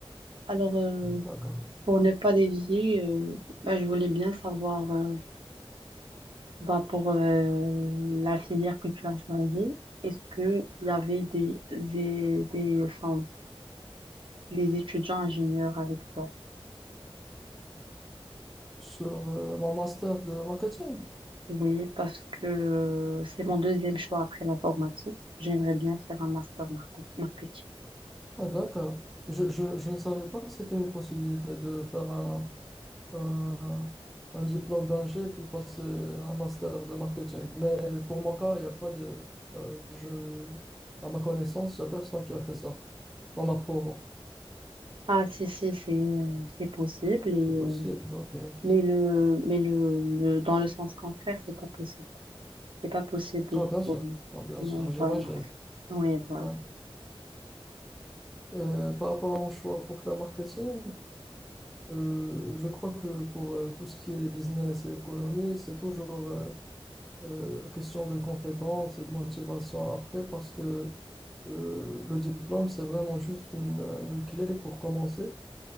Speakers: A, on the right; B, in the centre.
A: Alors, euh,
B: D'accord.
A: pour ne pas dévier, euh, bah, je voulais bien savoir, euh, bah, pour euh, la filière que tu as choisie, est-ce qu'il y avait des, des, des, enfin, des étudiants ingénieurs avec toi?
B: Sur euh, mon master de marketing?
A: Oui, parce que c'est mon deuxième choix après l'informatique. J'aimerais bien faire un master marco- marketing.
B: Ah, d'accord. Je, je, je ne savais pas que c'était une possibilité de faire un, un, un diplôme d'ingé puis passer un master de marketing. Mais pour mon cas, il n'y a pas de... euh, je, à ma connaissance, il n'y a personne qui a fait ça dans ma promo.
A: Ah, si, si, c'est euh, c'est possible. Et,
B: C'est possible,
A: euh,
B: ok, ok.
A: mais le, mais le, le- dans le sens contraire, c'est pas possible. C'est pas possible
B: Ah, bien sûr,
A: pour nous.
B: Ah, bien
A: Oui,
B: sûr, j'imagine.
A: voilà. Oui, voilà.
B: Ouais. Euh, par rapport à mon choix pour faire marketing, euh, je crois que pour euh, tout ce qui est business et économie, c'est toujours euh, euh, question de compétence et de motivation après parce que euh, le diplôme, c'est vraiment juste une, euh, une clé pour commencer.